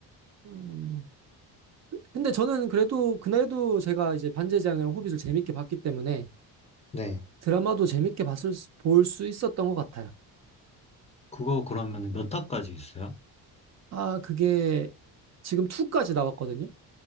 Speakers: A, on the right; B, on the left.
A: 어, 근데 저는 그래도 그날도 제가 이제 반지의제왕이랑 호빗을 재밌게 봤기 때문에
B: 네.
A: 드라마도 재밌게 봤을 볼 수 있었던 것 같아요
B: 그거 그러면 몇 화까지 있어요?
A: 아 그게 지금 2까지 나왔거든요